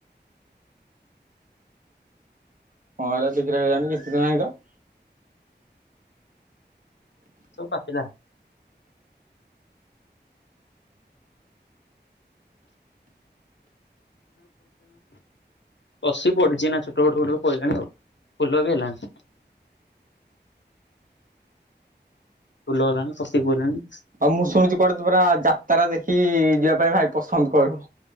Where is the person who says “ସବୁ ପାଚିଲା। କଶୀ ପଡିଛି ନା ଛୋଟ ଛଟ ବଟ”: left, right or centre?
Left